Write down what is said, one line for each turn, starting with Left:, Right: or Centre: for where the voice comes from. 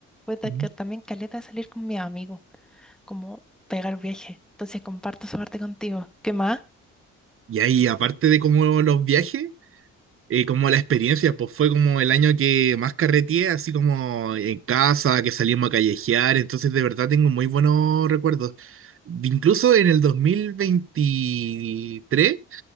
Centre: fue ta-
Right: Ujú.
Centre: que también caleta de salir con mi amigo, como pegar viaje. Entonces comparto esa parte contigo. ¿Qué más?
Right: y ahí aparte de como los viajes, eh, como la experiencia, pues fue como el año que más carreteé, así como en casa, que salimos a callejear, entonces de verdad tengo muy buenos recuerdos. Incluso en el 2023